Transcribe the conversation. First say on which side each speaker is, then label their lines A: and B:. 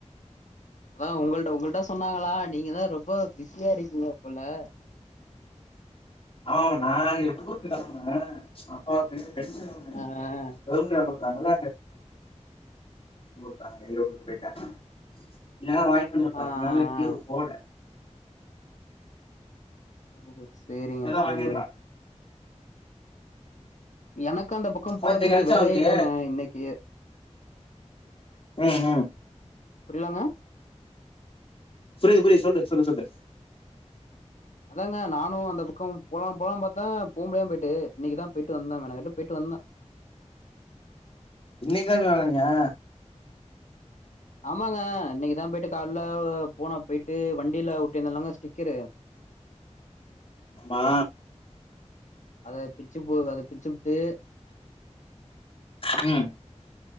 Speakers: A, on the left; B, on the left.
A: அதா உங்கள்ட உங்கள்ட்ட சொன்னாங்களா நீங்க தா ரொம்ப பிஸியா இருக்கீங்க போல
B: ஆ நா இப்ப ஊருக்கு கெளம்புன அப்பாவுக்கு பென்ஷன் ஒன்னு
A: ஆ ஆ.
B: கவுர்மெண்ட்டு வேல பாத்தாங்கல்ல அங்க <unintelligible> <unintelligible> இன்நேரொ வாங்கி குடுத்துருப்ப
A: ஆ ஆ
B: ரெண்ட் நாளா எங்கியும்
A: ஆ
B: போல
A: ஓ சேரிங்க
B: இல்லனா
A: சேரிங்க
B: வாங்கிருப்பே
A: எனக்கு அந்த பக்கம்
B: அவ
A: போறதுக்கு
B: இந்த கெடச்சா
A: வேலையே
B: அவருக்கு
A: இல்லங்க இன்னக்கி
B: ம் ம்
A: புரிலங்க
B: புரியிது புரியிது சொல்லு சொல்லு சொல்லு
A: அதாங்க நானு அந்த பக்கம் போலா போலாம் பாத்த போ முடியாம பேயிட்டு இன்னைக்குதான் பேயிட்டு வந்த மெனக்கட்டு பேய்ட்டு வந்த
B: இன்னைக்கு தா நீ வர்ரேன்னியா
A: ஆமாங்க இன்னைக்குதா போயிட்டு கால்ல போன போயிட்டு வண்டில ஒட்டி இருந்தேல்லங்க ஸ்டிக்கரு
B: அமா
A: அது பிச்சு போ அத பிச்சிபுட்டு
B: ம்